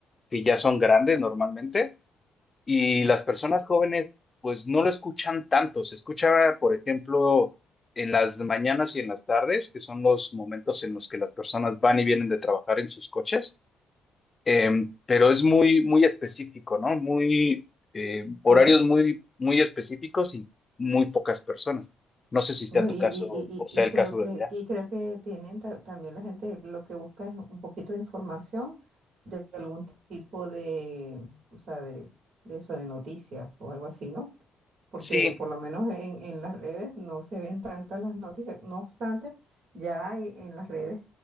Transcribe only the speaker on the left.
que ya son grandes normalmente, y las personas jóvenes, pues no lo escuchan tanto. Se escucha, por ejemplo, en las mañanas y en las tardes, que son los momentos en los que las personas van y vienen de trabajar en sus coches. Em, pero es muy, muy específico, ¿no? Muy, eh, horarios
muy, muy específicos y muy pocas personas. No sé si sea
tu
caso
o sea
el
caso
de allá.
Sí,